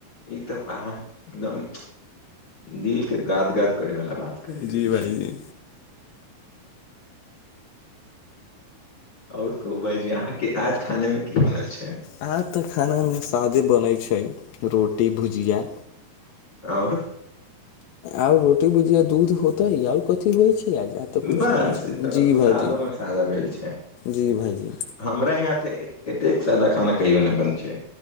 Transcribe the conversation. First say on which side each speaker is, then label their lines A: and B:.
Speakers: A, on the left; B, on the left.
A: ई तऽ अहाँ एकदम दिल के गाद गाद करै वाला बात कहि
B: जी
A: देल
B: भाइजी
A: छै ओर कहू भाइजी अहाँके आज खाने मे की बनल छै
B: आब तऽ खाना मे सादे बनैत छै रोटी भुजिया
A: आओर
B: आओर रोटी भुजिया दूध होतै आओर कथी होइ छै आज आ तऽ कुछो
A: बस
B: नहि छै जी
A: सादो
B: भाइजी
A: मे सादा भेल छै
B: जी भाइजी
A: हमरा यहाँ तऽ एतेक सादा खाना कहियो नहि बने छै